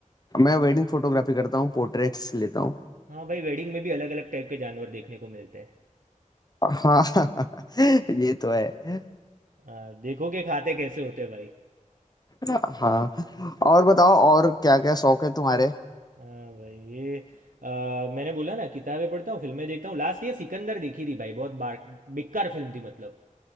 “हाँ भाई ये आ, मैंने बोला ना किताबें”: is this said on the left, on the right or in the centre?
Right